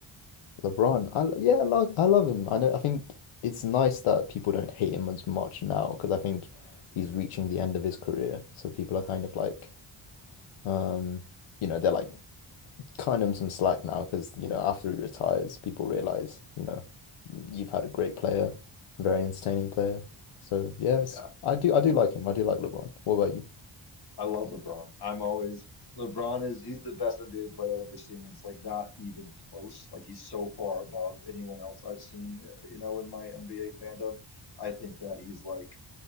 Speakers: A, on the left; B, on the left.
A: LeBron, I yeah, I like I love him. I know I think it's nice that people don't hate him as much now because I think he's reaching the end of his career. So people are kind of like, um, you know, they're like cutting him some slack now because you know after he retires, people realize you know you've had a great player, very entertaining player. So yes,
B: Yeah,
A: I do I do like him. I do like LeBron. What about you?
B: I love LeBron. I'm always LeBron is he's the best NBA player I've ever seen. It's like not even close. Like he's so far above anyone else I've seen, uh, you know, in my NBA fandom. I think that he's like